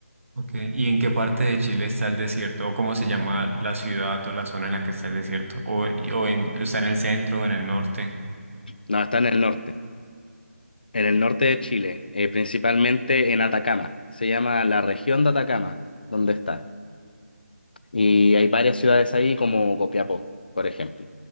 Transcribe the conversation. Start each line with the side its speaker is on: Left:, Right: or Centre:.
Right: Ok, ¿y en qué parte de Chile está el desierto? ¿O cómo se llama la ciudad o la zona en la que está el desierto? ¿O, y- o, en- está en el centro o en el norte?
Left: No, está en el norte, en el norte de Chile, eh, principalmente en Atacama. Se llama la región de Atacama, donde está. Y hay varias ciudades ahí como Copiapó, por ejemplo.